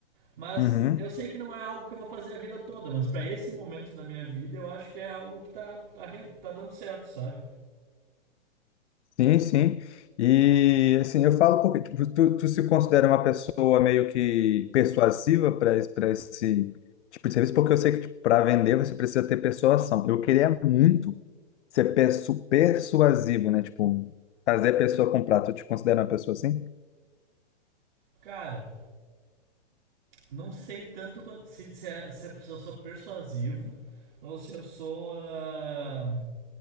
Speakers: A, on the right; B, on the left.
A: mas
B: uhum.
A: eu sei que não é algo que eu vou fazer a vida toda. Mas para esse momento da minha vida, eu acho que é algo que tá, tá, tá dando certo, sabe?
B: Sim, sim. E assim, eu falo porque tipo, tu, tu se considera uma pessoa meio que persuasiva para esse, para esse tipo de serviço, porque eu sei que para vender você precisa ter persuasão. Eu queria muito ser persu- persuasivo, né? Tipo, fazer a pessoa comprar. Tu te considera uma pessoa assim?
A: Cara, não sei tanto quanto, se, se, é- se é- se eu sou persuasivo ou se eu sou. ah,